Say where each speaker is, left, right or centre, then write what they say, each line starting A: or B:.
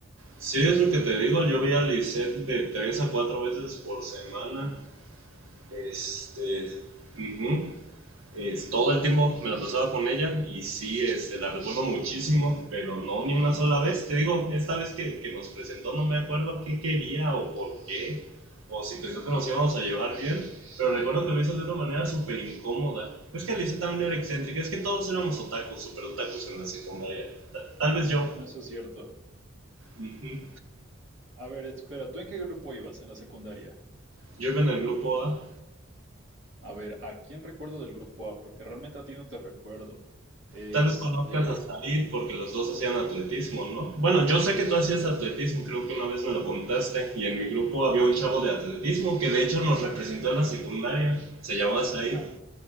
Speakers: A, on the right; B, on the right.
A: sí, es lo que te digo, yo veía a Lisette de 3 a 4 veces por semana. Este, ujú, es- todo el tiempo me la pasaba con ella y sí, este, la recuerdo muchísimo, pero no ni una sola vez. Te digo, esta vez que, que nos presentó no me acuerdo qué quería o por qué, o si pensó que nos íbamos a llevar bien, pero recuerdo que lo hizo de una manera súper incómoda. Es que Lisa también era excéntrica, es que todos éramos otakus, súper otakus en la secundaria. Ta- Tal, vez
B: bueno,
A: yo.
B: eso es cierto.
A: Ujú.
B: A ver, espera, ¿tú en qué grupo ibas en la secundaria?
A: Yo iba en el grupo A
B: A ver, ¿a quién recuerdo del grupo A? Porque realmente a ti no te recuerdo. Este,
A: Tal vez conozcas a Said porque los dos hacían atletismo, ¿no? Bueno, yo sé que tú hacías atletismo, creo que una vez me lo contaste. Y en mi grupo había un chavo de atletismo que de hecho nos representó en la secundaria. Se llamaba Said.
B: ah,